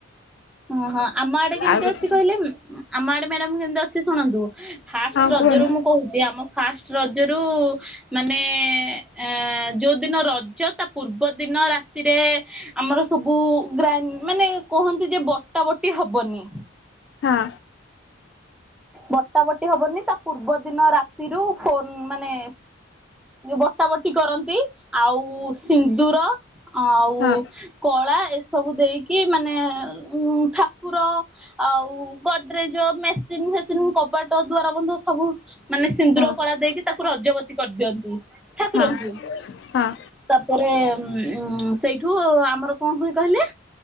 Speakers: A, in the centre; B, on the left.
A: ଅ ହଁ, ଆମ ଆଡେ କେମିତି
B: ଆଉ କିଛି
A: ଅଛି କହିଲେ? ଆମ ଆଡେ, ମ୍ୟାଡାମ୍ କେମିତି ଅଛି ଶୁଣନ୍ତୁ? ଫାଷ୍ଟ
B: ହଁ
A: ରଜରୁ
B: କୁହନ୍ତୁ
A: ମୁଁ କହୁଛି। ଆମ ଫାଷ୍ଟ ରଜରୁ-ଉ ମାନେ-ଏଁ-ଏଁ ଯୋଉ ଦିନ ରଜ ତା ପୂର୍ବ ଦିନ ରାତିରେ, ଆମର ସବୁ ଗ୍ରା ମାନେ କହନ୍ତି ଯେ, ବଟା ବଟି ହବନି।
B: ହଁ।
A: ବଟା ବଟି ହବନି। ତା ପୂର୍ବ ଦିନ ରାତିରୁ ଫୋନ୍ ମାନେ ବଟା ବଟି କରନ୍ତି। ଆଉ ସ୍ ସିନ୍ଦୁର ଆଉ-ଉ
B: ହଁ
A: କଳା ଏସବୁ ଦେଇକି ମାନେ-ଏ ଉଁ ଠାକୁର ଆଉ, ଗଡ୍ରେଜ ଯଉ ମେସିନ୍ ଫେସିନ୍ କବାଟ ଦ୍ଵାରା ବନ୍ଧ, ସବୁ ମାନେ ସିନ୍ଦୁର
B: ହଁ
A: କଳା ଦେଇକି ତାକୁ ରଜବତୀ କରିଦିଅନ୍ତି। ଠାକୁରଙ୍କୁ!
B: ହଁ ହଁ
A: ତା'ପରେ ଉଁ ସେଇଠୁ ଆମର କଣ ହୁଏ କହିଲେ?